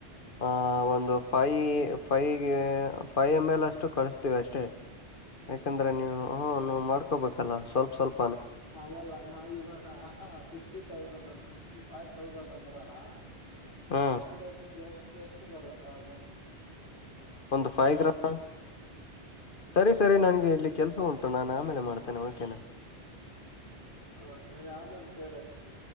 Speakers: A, on the left; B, on the left.
A: ಆ ಒಂದು five five five M L ಅಷ್ಟು ಕಳಿಸ್ತೀವಿ ಅಷ್ಟೇ.
B: ಹ್ಮ
A: ಯಾಕಂದ್ರೆ ನೀವು ಹ ಮಾಡ್ಕೋಬೇಕಲ್ಲ ಸ್ವಲ್ಪ ಸ್ವಲ್ಪ.
B: ಅದಲ್ಲ ನಾ ಇವಾಗ ಹ ಿೌಸ್ ಅ ಫಿಫ್ಟಿ ಫೈವ್ ತೌಸಂಡ್ ಅಂದ್ರಲ್ಲ
A: ಹಾ
B: ಅದೆಷ್ಟು ಎಷ್ಟು ಎಷ್ಟು. ಬರುತ್ತಾ ಅದು.
A: ಒಂದು ಫೈ ಗ್ರಾಮ. ಸರಿ ಸರಿ ನನಗೆ ಇಲ್ಲಿ ಕೆಲಸ ಉಂಟು ನಾನು ಆಮೇಲೆ ಮಾಡ್ತೇನೆ ಓಕೆನಾ.
B: ಹ ಸರಿ ಆಮೇಲ್ ಕೇಳಚ್ಚು.